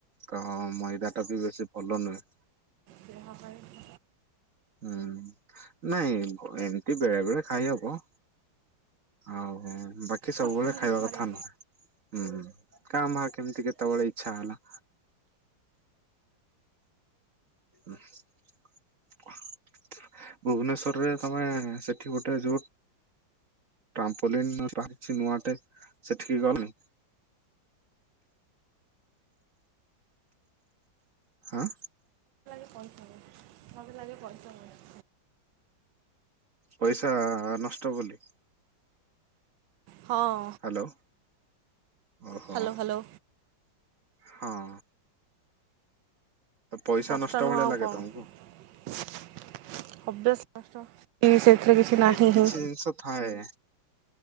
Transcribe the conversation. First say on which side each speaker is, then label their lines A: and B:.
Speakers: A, on the right (about 45°); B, on the right (about 70°).
A: ତ ମଇଦା ଟା ବି ବେଶୀ ଭଲ ନୁହେଁ।
B: ଦେହ ପାଇଁ
A: ହୁଁ ନାଇଁ ଏମିତି ବେଳେ ବେଳେ ଖାଇହବ ଆଉ ବଟ ବାକି ସବୁବେଳେ
B: ସପ୍ତାହକୁ
A: ଖାଇବା
B: ଥରେ
A: କଥା ନୁହେଁ ହୁଁ କାଁ ଭାଁ କେମତି କେତେବେଳେ ଇଚ୍ଛା ହେଲା। ଉଁ ହୁଁ ଭୁବନେଶ୍ଵରରେ ତମେ ସେଠି ଗୋଟେ ଯୋଉ ଟାମ୍ପଲୀନ ବାହାରିଛି ନୂଆ ଟେ ସେଠିକି ଗଲେ ଆଁ
B: ପଇସା ୱେଷ୍ଟେ ମତେ ଲାଗେ ପଇସା ୱେଷ୍ଟେ
A: ପଇସା ନଷ୍ଟ ବୋଲି
B: ହଁ
A: ହ୍ୟାଲୋ ଓହୋ
B: ହ୍ୟାଲୋ ହ୍ୟାଲୋ
A: ହଁ ତ ପଇସା
B: କଷ୍ଟ
A: ନଷ୍ଟ
B: ନୁହେଁ
A: ଭଳିଆ
B: ଆଉ
A: ଲାଗେ
B: କଣ
A: ତମକୁ
B: ଓବି୍ୟସଲି ନଷ୍ଟ ଟି ସେଥିରେ କିଛି
A: ଆରେ
B: ନାହିଁ
A: କିଛି
B: ହିଁ
A: ଜିନିଷ ଥାଏ